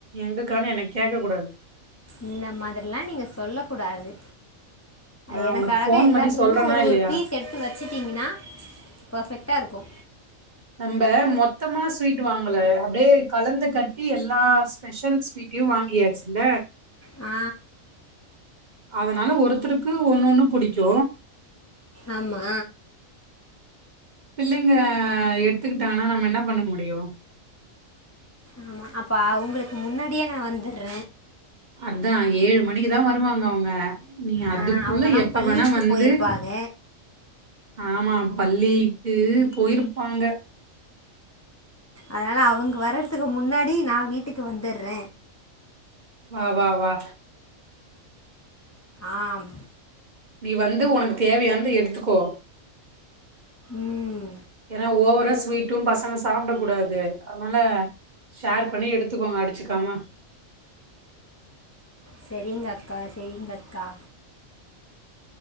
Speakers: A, on the right (about 35°); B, on the left (about 20°).
A: எங்கக்கான் என்ன கேக்க கூடாது
B: இந்த மாதிரிலா நீங்க சொல்ல கூடாது
A: நா
B: எனக்
A: உனக்கு
B: அழகா
A: ஃபோன்
B: எல்லாத்துலருந்து
A: பண்ணி சொல்றனா
B: ஒரு
A: இல்லையா
B: ஒரு பீஸ் எடுத்து வெச்சுட்டீங்கன்னா பெர்ஃபெக்ட்டா இருக்கு
A: நம்ப மொத்தமா ஸ்வீட் வாங்கல அப்டியே கலந்து கட்டி எல்லா ஸ்பெஷல் ஸ் வீட்டையு வாங்கியாச்சுல
B: ஆ
A: அதனால ஒருத்தருக்கு ஒன்னு ஒன்னு புடிக்கு
B: ஆமா
A: பிள்ளைங்க எடுத்துக்கிட்டாங்கன்னா நம்ம என்ன பண்ண முடியு
B: ஆமா அப்போ அவுங்களுக்கு முன்னாடியே நா வந்துட்ற
A: அதா ஏழு மணிக்கு தா வருவாங்க அவுங்க நீ அதுக்குள்ள
B: ஆ, அவங்கெல்லாம்
A: எப்ப
B: பள்ளிக்கு
A: வேணா வந்து
B: போயிருப்பாங்க
A: ஆமா பள்ளிக்கு போய்ருப்பாங்க
B: அதனால அவங்க வர்றதுக்கு முன்னாடி நா வீட்டுக்கு வந்துர்ற
A: வா வா வா
B: ஆம்
A: நீ வந்து உனக்கு தேவையானது எடுத்துக்கோ
B: ம்
A: ஏன்னா ஓவரா ஸ்வீட்டு பசங்க சாப்ட கூடாது அதனால ஷேர் பண்ணி எடுத்துக்கோங்க அடிச்சுக்காம
B: செரிங்கக்கா செரிங்கக்கா